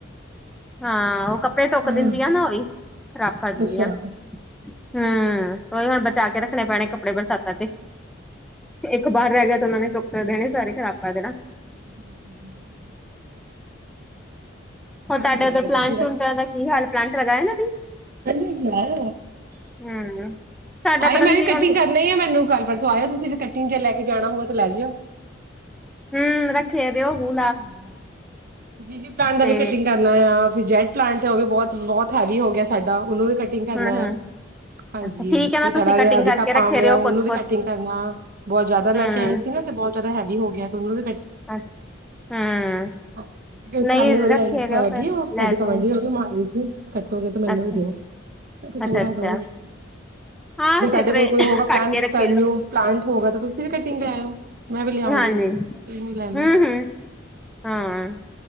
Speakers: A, in the centre; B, on the right.
A: ਹਾਂ ਉਹ ਕੱਪੜੇ ਟਢੁੱਕ
B: ਹਾਂਜੀ
A: ਦਿੰਦੀ ਆ ਨਾ ਉਹ ਵੀ ਖ਼ਰਾਬ ਕਰ ਦਿੰਦੀਆਂ
B: ਅੱਛਾ
A: ਹਮ ਉਹੀ ਹੁਣ ਬਚਾ ਕੇ ਰੱਖਣੇ ਪੈਣੇ ਕੱਪੜੇ ਬਰਸਾਤਾਂ ਚ ਇੱਕ ਬਾਹਰ ਰਹਿ ਗਿਆ ਤੇ ਉਹਨਾ ਨੇ ਚੁੱਕ ਦੇਣੇ ਸਾਰੇ ਖਰਾਕਾ ਦੇੜ
B: <inaudible> ਤੁਸੀਂ
A: ਹੋਰ ਤੁਹਾਡੇ
B: ਬਣਾਓਗੇ
A: ਉੱਧਰ ਪਲਾਂਟ
B: ਰੋਟੀ
A: ਟਟਾਂ ਦਾ ਕੀ ਹਾਲ ਪਲਾਂਟ ਲਗਾ ਇਹਨਾਂ ਦੀ
B: ਾਰ
A: ਹਮ। ਸਾਡਾ
B: ਆਏ
A: ਪਤਾ
B: ਮੈਂ
A: ਨੀ
B: ਵੀ
A: ਕੀ ਹੁਣ
B: ਕਟਿੰਗ ਕਰੀ ਹੀ ਆ ਮੈਨੂੰ ਕ ਆਇਓ ਤੁਸੀਂ ਵੀ ਕਟਿੰਗ ਜੇ ਲੈ ਕੇ ਜਾਣਾ ਹੋਵੇ ਤਾਂ ਲੈ ਜਾਿਓ
A: ਹਮ ਰੱਖ ਸੇਵੇ ਉਹ ਹੋ
B: ਹਾਂਜੀ ਜ ਪਡ ਦਾ
A: ਤੇ
B: ਵੀ ਕਟਿੰਗ ਕਰਨਾ ਆ ਜੈਟ ਪਲਾਂਟ ਤੇ ਉਹ ਵੀ ਬਹੁਤ ਬਹੁਤ ਹੈਵ ਹੋ ਗਿਆ ਸਾਡਾ ਉਹਨੂੰ ਵੀ ਕਟਿੰਗ ਕਰਨਾ
A: ਹਮ ਹਮ
B: ਹੈ ਹਾਂਜੀ
A: ਅੱਛਾ ਠੀਕ ਹੈ ਨਾ
B: ਤੇ
A: ਤੁਸੀਂ
B: ੜਾ
A: ਕਟਿੰਗ
B: ਜਿਹਾ ਅਧਿਕ
A: ਕਰਕੇ
B: ਪਾ
A: ਰੱਖੇ ਰਹੇ ਹੋ
B: ਉਹਨੂੰ
A: ਕੁਛ
B: ਵੀ
A: ਕੁਛ
B: ਕਟਿੰਗ ਕਰਨਾ ਬਹੁਤ ਜਿਆਦਾ ਲੈ
A: ਹਮ
B: ਕੇ ਆਏ ਸੀ ਨਾ ਤੇ ਬਹੁਤ ਪ ਤਾਂ ਹੈੀ ਹੋ ਗਿਆ ਤੁਹਨੂੰ
A: ਅੱਛਾ ਹਮ
B: ਸਾਹਮਣੇ
A: ਨਹੀਂ
B: ਬੜੀ
A: ਰੱਖੇ
B: ਅਈਖਾ
A: ਰਹੇ ਹੋ
B: ਹੈਗੀ
A: ਫਿਰ
B: ਉਹ ਸਾਡੀ
A: ਲੈ ਜਾਓਗੇ
B: ਕਮਾਂਢ ਮਾਰ ਰ ਸੀ ਕੱਟੋਗੇ ਤੇ ਮੈਨੂੰ
A: ਅੱਛਾ
B: ਵੀ ਦਿਓ ਚੰਗਾ
A: ਅੱਛਾ ਅੱਛਾ।
B: ਦਹਗੇ
A: ਹਾਂ
B: ਜੇ
A: ਤੇ
B: ਸਾਡੇ
A: ਤਰ
B: ਕੋਲ ਕੋਈ ਹੋਗਾ
A: ਕੱਟ
B: ਪਲਾਂਟ
A: ਕੇ ਰੱਖੇ ਦਿਓ।
B: ਪਲਾਂਟ ਹੋਗਾ ਤਾਂ ਤੁਸੀਂ ਵੀ ਕਟਿੰਗ ਲਿਆ ਆਇਓ ਮੈਂ ਵੀ ਲਿਆਉਂਗੀ
A: ਹਾਂਜੀ
B: ਤੁਸੀਂ ਵੀ ਲੈ ਲਓ
A: ਹਮ ਹਮ ਹਾਂ